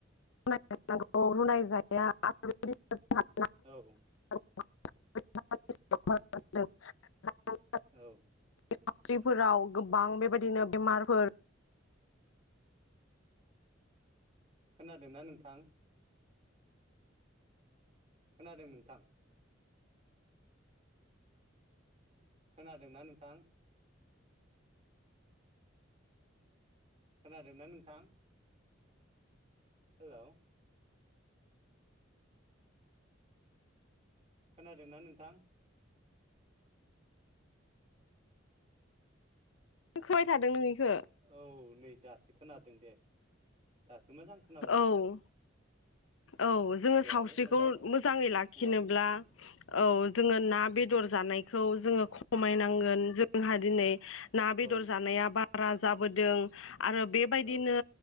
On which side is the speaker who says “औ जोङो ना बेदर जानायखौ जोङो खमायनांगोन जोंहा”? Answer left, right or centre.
Left